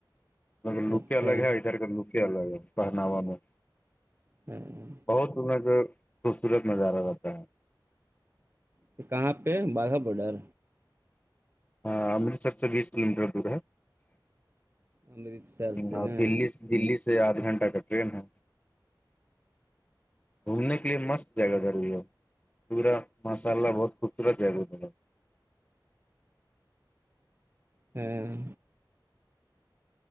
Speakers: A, on the left; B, on the right.
A: مگر لوک
B: اچھا
A: الگ ہے ا طار کا لوک ہی الگ ہے پہناا میں
B: ہ ہ
A: بہت سر جو خوبصورت نظارہ رہتا ہے
B: تو کہاں پہ باغا باڈر
A: ہاں امرتسر سے بیس کلو میٹر دور ہے
B: امرتسر سے
A: اور
B: نا
A: دلی سے دلی سے آدھ گھنٹہ کا ٹرین ہے گھومنے کے لیے مست جگہ ضروری ہے پورا ماشاء اللہ بہت خوبصورت جگا ا
B: ہاں